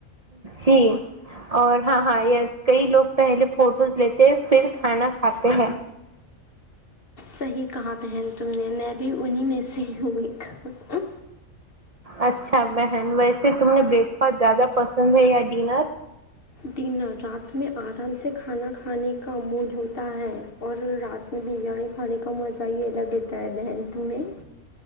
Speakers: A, on the right; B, on the left.
A: جی اور ہاں ہاں یس کئی لوگ پہلے فوٹوز لیتے پھر کھانا کھاتے ہیں
B: صحیح کہا بہن تم نے میں بھی انہیں میں سے ہئیا
A: اچھا بہن ویسے تم نے بریک فاسٹ زیادہ پسند ہے یا ڈنر
B: ڈنر رات میں آرام سے کھانا کھانے کا موج ہوتا ہے اور رات میں بریانی کھانے کا مزہ ہی الگ رہتا ہے بہن تہیں